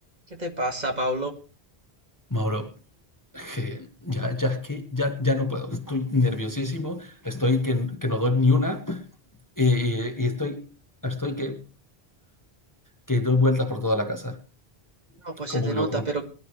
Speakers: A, on the right; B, on the left.
A: ¿Qué te pasa, Pablo?
B: Mauro, je, ya, ya, es que ya, ya no puedo. Estoy nerviosísimo, estoy que, que no doy ni una eh, y estoy, estoy que, que doy vueltas por toda la casa,
A: No, pues
B: como
A: se te
B: un
A: nota,
B: loco.
A: pero,